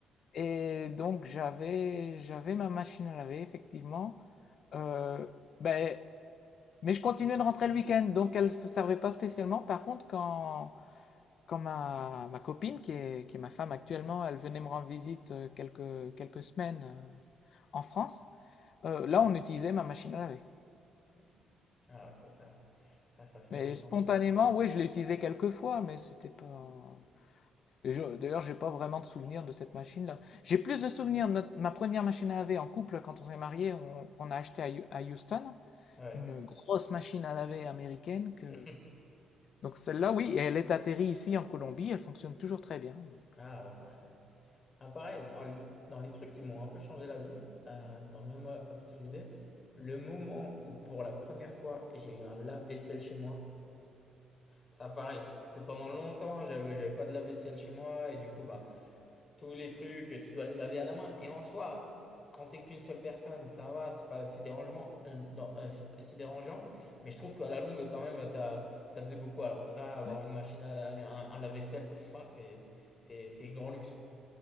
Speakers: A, on the left (about 60°); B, on the left (about 35°).
A: Et donc, j'avais, j'avais ma machine à laver, effectivement. Euh, ben, mais je continuais de rentrer le week-end, donc elle ne servait pas spécialement. Par contre, quand, quand ma, ma copine, qui est, qui est ma femme actuellement, elle venait me rendre visite euh, quelques, quelques semaines euh, en France, euh, là, on utilisait ma machine à laver.
B: Ok. Ah ouais, ça, ça, ça, ça fait
A: Mais
B: la différence.
A: spontanément, oui, je l'ai utilisée quelques fois, mais c'était pas... D'ailleurs, j'ai pas vraiment de souvenir de cette machine-là. J'ai plus de souvenirs de notre- ma première machine à laver en couple quand on s'est mariés. on, qu'on a acheté à, à Houston,
B: Ouais.
A: une grosse machine à laver américaine que.
B: <laughs>
A: Donc celle-là, oui, et elle est atterrie ici en Colombie, elle fonctionne toujours très bien. donc,
B: Ah, bah, parfait. Ah, pareil, dans le- dans les trucs qui m'ont un peu changé la vie, euh, dans le même euh, style d'idée, le moment où pour la première fois j'ai eu un lave-vaisselle chez moi, ça pareil, parce que pendant longtemps j'avais j'avais pas de lave-vaisselle chez moi et du coup bah tous les trucs, tu dois les laver à la main. Et en soi, quand t'es qu'une seule personne, ça va, c'est pas si dérangeant, euh, non, euh, si, si dérangeant. Mais je trouve qu'à la longue, quand même, ça, ça faisait beaucoup. Alors que là, avoir
A: ouais.
B: une machine à laver, un, un lave-vaisselle, pff, ah, c'est, c'est, c'est grand luxe.